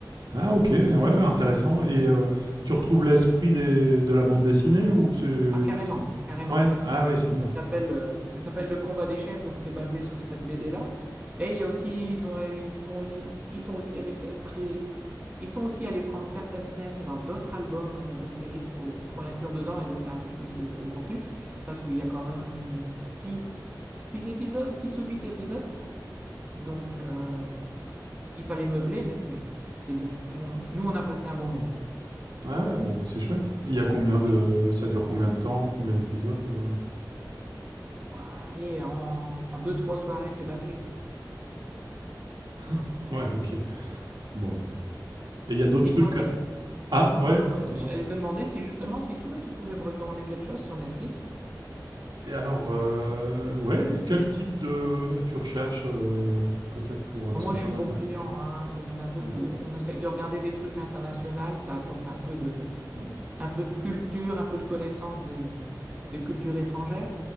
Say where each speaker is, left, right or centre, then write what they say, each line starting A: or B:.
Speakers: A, on the right; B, on the right.
A: Ah OK, ouais, ouais, intéressant et heu, tu retrouves l'esprit des de la bande dessinée ou c'est
B: Ah, carrément,
A: c'est
B: carrément.
A: ouais, ah ouais, c'est bien
B: Ça
A: ça.
B: s'appelle euh, ça s'appelle Le Combat des Chefs, donc c'est basé sur cette BD-là. Et il y a aussi, ils ont, ils sont, aussi- ils sont aussi allés, se- pré- ils sont aussi allés prendre certaines scènes dans d'autres albums euh, d'Astérix pour, pour l'inclure dedans et donner un peu plus de, de contenu, parce qu'il y a quand même six, six épisodes, six ou huit épisodes. Donc, euh, il il fallait meubler, mais c'est c'est bien. On- nous, on a passé un bon moment.
A: Ah ouais, bon, bah, c'est chouette. Il y a combien de
B: Et
A: ça dure combien de temps? Combien d'épisodes, heu?
B: bah, allez, en, en deux, trois soirées, c'est bâclé, quoi.
A: <laughs> Ouais, OK. Bon et il y a d'autres
B: Et
A: trucs
B: toi,
A: que ah ouais?
B: Non,
A: Dis-moi.
B: j'allais te demander si justement, si toi, tu pouvais me recommander quelque chose sur Netflix.
A: Et alors, euh, ouais, quel type de tu recherches euh, peut-être pour euh, parce
B: Alors, Moi,
A: qu'il
B: je
A: y a pas
B: suis
A: mal
B: bon
A: de.
B: client, hein, je regarde un peu
A: ouais.
B: tout. On essaye de regarder des trucs internationaux, ça apporte un peu de,
A: Hmm.
B: un peu de culture, un peu de connaissance des, des cultures étrangères.